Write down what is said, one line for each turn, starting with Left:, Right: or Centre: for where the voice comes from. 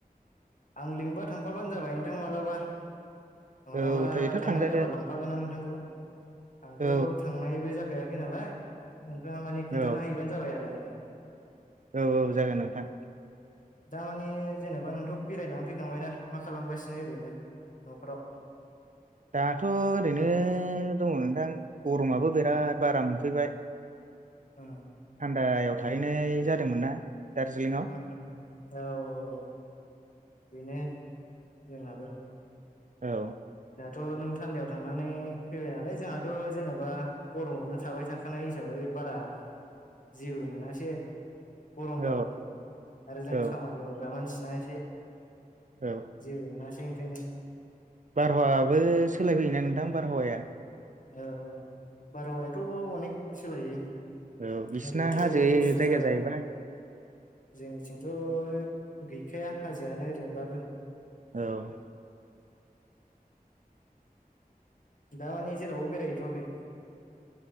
Left: आं लिंबा थांफाबानो जाबाय नोंथां मालाबा माब्लाबा
Right: औ ओरैथ'
Left: थांनाय
Right: थांजागोन
Left: जाबा लांफागोन आं नोंथांखौ आंथ'
Right: औ
Left: थांनायबो जाफेरा खै नालाय ओमफ्राय माने खोनन्थाना
Right: औ
Left: हैबानो जाबाय आरो आंनो
Right: औ औ जागोन नोंथां
Left: दामानि जेनेबा नोंथ' बेरायनानै फैखांबायना मा खालामगासिनो ओरैनो न'फोराव
Right: दाथ' ओरैनो दङ नोंथां गरमाबो बिराद बारा मोनफैबाय
Left: ओ
Right: थान्दायाव थाहैनाय जादोंमोन ना दार्जिलिंआव
Left: ओं-ओं औ औ औ बेनो जोंनाबो
Right: औ
Left: दाथ' नों थान्दायाव थांनानै फैबाय नालाय जोंहा थ' जेनेबा गरमावनो थाबाय थाखानाय हिसाबै बारा जेबो मोनासै गरमबाबो
Right: औ
Left: आरो जों
Right: औ
Left: खामानि मावग्रा मानसिना एसे
Right: औ
Left: जेबो मोनासै ओंखायनो
Right: बारहावाबो सोलायफैयोना नोंथां बारहावाया
Left: औ बारहावायाथ' अनेक सोलायो
Right: औ बिसिना
Left: ओरैथ'
Right: हाजो
Left: गुसु
Right: जायगा
Left: जाबाय
Right: जाहैबाय
Left: जोंनिथिंथ' गैखाया हाजोआनो ओरैनोबाबो
Right: औ
Left: दा माने जेरावबो बेरायहैथ'वाखै